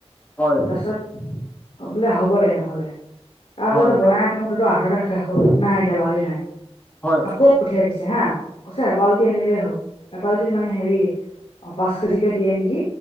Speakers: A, on the left; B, on the left.
A: হয়
B: তাৰপিছত বোলে হ'ব দে নহ'লে,
A: হয়
B: তাৰপাছত বনাই থাকোটো আধাতে শেষ হ'ল, নাই এতিয়া বালি নাই
A: হয়
B: আকৌ পঠিয়াই দিছে হা' কৈছে এবাল্টি আনিলেই হ'ব, এবাল্টিত মানে হেৰি অ', পাঁচ কেজিকে দিয়ে নেকি